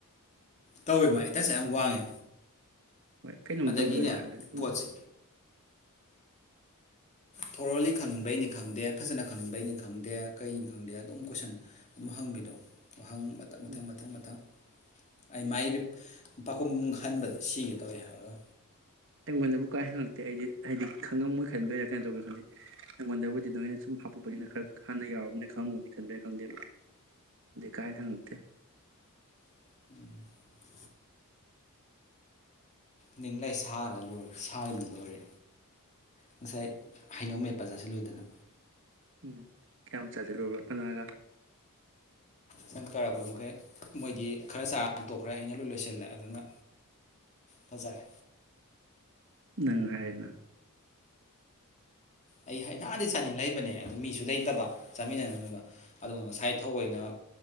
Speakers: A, on the left; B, on the right.
A: ꯇꯧꯋꯦ ꯃꯥꯥꯏ ꯑꯦꯇꯟꯁ ꯌꯥꯝ ꯋꯥꯡꯉꯦ
B: ꯍꯣꯏ ꯀꯩꯅꯣꯝ
A: ꯑꯗꯒꯤꯅꯦ
B: ꯇꯧꯗꯣꯔꯦ ꯈꯜꯂꯗꯤ ꯑꯗꯨꯝ
A: ꯄꯣꯠꯁꯦ ꯊꯣꯔꯣꯂꯤ ꯈꯪꯅꯤꯡꯕꯩꯅꯤ ꯈꯪꯗꯦ ꯐꯖꯅ ꯈꯪꯅꯤꯡꯕꯩꯅꯤ ꯈꯪꯗꯦ ꯀꯩꯅꯤ ꯈꯪꯗꯦ ꯑꯗꯨꯝ ꯀꯣꯏꯁꯟ ꯑꯗꯨꯝ ꯍꯪꯕꯤꯗꯣ ꯋꯥꯍꯪ ꯃꯊꯪ ꯃꯊꯪ
B: ꯎꯝ
A: ꯃꯊꯪ ꯃꯊꯪ ꯑꯩ ꯃꯥꯏ ꯄꯥꯈꯨꯝ ꯈꯟꯕꯗ ꯁꯤꯒꯦ ꯇꯧꯋꯦ ꯍꯥꯏꯔꯒ
B: ꯑꯩꯉꯣꯟꯗꯕꯨ ꯀꯥꯏ ꯍꯪꯉꯛꯇꯦ ꯑꯩꯗꯤ ꯍꯥꯏꯗꯤ ꯈꯪꯉꯝꯃꯣꯏ ꯈꯟꯕꯩꯔꯥ ꯀꯩꯅ‌ꯣ ꯇꯧꯕꯩꯔ ꯈꯪꯗꯦ ꯑꯩꯉꯣꯟꯗꯕꯨꯗꯤ ꯑꯗꯨꯅꯃꯥꯏꯅ ꯁꯨꯝ ꯍꯥꯞꯄꯛꯄꯅꯤꯅ ꯈꯔ ꯍꯥꯟꯅ ꯌꯥꯎꯔꯕꯅꯤꯅ ꯈꯪꯕꯅꯤ ꯈꯟꯕ꯭ꯔꯥ ꯈꯪꯗꯦꯕ꯫ ꯀꯥꯏ ꯍꯪ ꯅꯠꯇꯦ꯫
A: ꯎꯝ꯫ ꯅꯤꯡ ꯂꯩ ꯁꯥꯔ ꯂꯣꯏꯔꯦ ꯁꯥꯔꯤꯗ ꯂꯣꯏꯔꯦ ꯉꯁꯥꯏ ꯍꯩꯅꯧ ꯃꯦꯠꯄ ꯆꯥꯁꯤꯜꯂꯨꯗꯅ꯫
B: ꯎꯝ ꯀꯌꯥꯝ ꯆꯥꯖꯤꯜꯂꯨꯔꯕ ꯀꯅꯥꯒ?
A: ꯁꯥꯪꯀꯦꯔ ꯑꯩꯈꯣꯏ ꯃꯈꯩ ꯃꯣꯏꯗꯤ ꯈꯔ ꯆꯥꯔ ꯇꯣꯛꯈ꯭ꯔꯦ ꯑꯩꯅ ꯂꯣꯏ ꯂꯣꯏꯁꯤꯜꯂꯦ ꯑꯗꯨꯅ ꯐꯖꯔꯦ꯫
B: ꯅꯪ ꯍꯥꯏꯔꯦꯗꯅ꯫
A: ꯑꯩ ꯅꯍꯥꯟꯗꯤ ꯆꯥꯅꯤꯡ ꯂꯩꯕꯅꯦ ꯑꯗꯨ ꯃꯤꯁꯨ ꯂꯩꯇꯕ ꯆꯥꯃꯤꯟꯅꯅꯕ ꯑꯗꯨꯒꯝ ꯉꯁꯥꯏ ꯊꯑꯣꯏꯅ